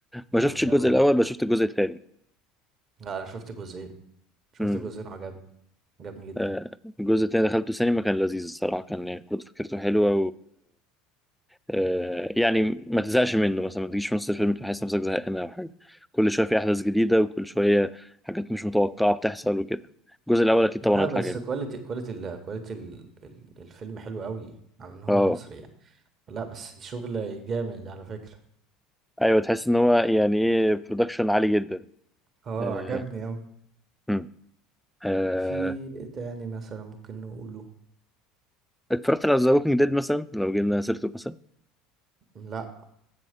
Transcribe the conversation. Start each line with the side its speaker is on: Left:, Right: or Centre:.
Centre: ما
Right: جامد
Centre: شفتش الجزء
Right: أوي
Centre: الاول بس شفت الجزء الثاني
Right: لا أنا شفت جزئين شفت
Centre: امم
Right: جزئين وعجبني عجبني جدا
Centre: آه، الجزء التاني دخلته سينما كان لذيذ الصراحة كان يعني برضه فكرته حلوة آه، يعني ما تزهقش منه مثلا ما تجيش في نص الفيلم تحس نفسك زهقان او حاجه كل شويه في احداث جديده وكل شويه حاجات مش متوقعه بتحصل وكده الجزء الاول اكيد
Right: لا
Centre: طبعا هيطلع
Right: بس
Centre: جامد
Right: كواليتي كواليتي ال كواليتي ال ال الفيلم حلو أوي على إن هو
Centre: اه
Right: مصري يعني لا بس شغل جامد على فكرة
Centre: ايوه تحس ان هو يعني ايه برودكشن عالي جدا
Right: اه
Centre: آه،
Right: عجبني أوي
Centre: هم. آه،
Right: في إيه تاني مثلا ممكن نقوله
Centre: اتفرجت على ذا ووكينج ديد مثلا لو جبنا سيرته مثلا
Right: لا